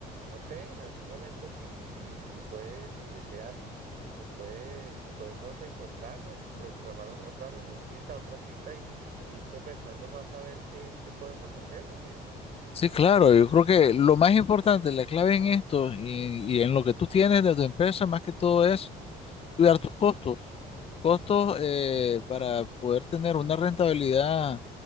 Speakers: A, on the right; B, on the left.
A: No sé, en algún momento si, si, si puedes, si deseas, me puede, podemos encontrarnos, programar un- otra reunioncita, otra cita y, y ir conversando más a ver qué, qué podemos hacer, Miguel.
B: Sí, claro, yo creo que lo más importante, la clave en esto y, y en lo que tú tienes de tu empresa, más que todo es cuidar tus costos. Tus costos eh, para poder tener una rentabilidad